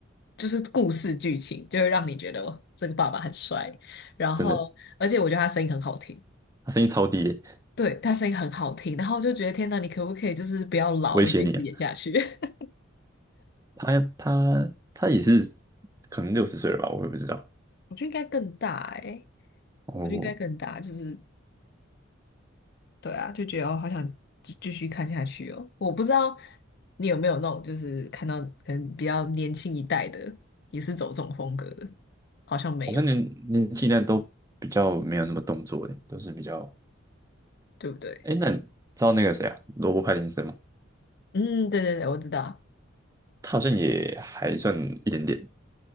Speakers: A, on the left; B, on the right.
A: 就是故事剧情，就会让你觉得哦这个爸爸很帅，然后而且我觉得他声音很好听，
B: 真的，他声音超低的，
A: 对，他声音很好听，然后我就觉得天呐，你可不可以就是不要老，
B: 威胁你啊。
A: 你就一直演下去？<laughs>
B: 他他他也是可能六十岁了吧，我也不知道。
A: 我觉得应该更大哎、
B: 哦，
A: 我觉得应该更大，就是对啊，就觉得哦，好想继继续看下去哦。我不知道你有没有那种，就是看到可能比较年轻一代的，也是走这种风格的，好像没有，
B: 好像年年纪呢都比较没有那么动作的，都是比较……
A: 对不对？
B: 哎，那你知道那个谁啊，罗伯·派丁森吗？
A: 嗯，对对对，我知道。
B: 他好像也还算一点点，